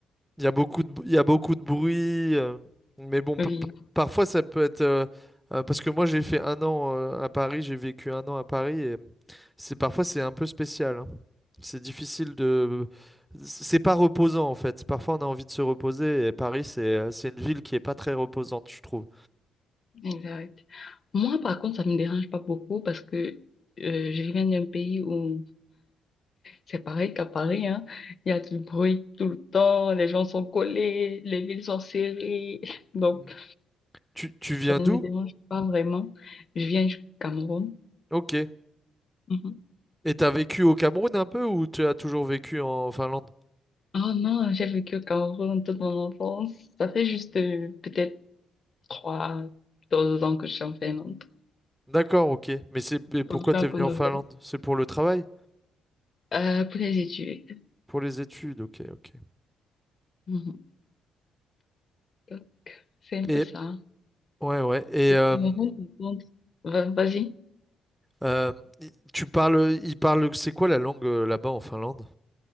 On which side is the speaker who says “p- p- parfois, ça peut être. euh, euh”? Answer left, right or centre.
Centre